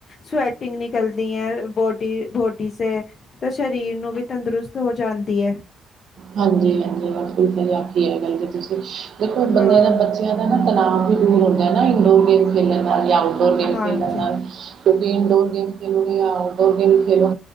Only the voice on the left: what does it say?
ਸਵੈਟਿੰਗ ਨਿਕਲਦੀ ਹੈ ਬੋਡੀ ਬੋਡੀ ਸੇ ਤੇ ਸਰੀਰ ਨੂੰ ਵੀ ਤੰਦਰੁਸਤ ਹੋ ਜਾਂਦੀ ਹੈ।
ਹਾਂ
ਹਾਂ
ਜੀ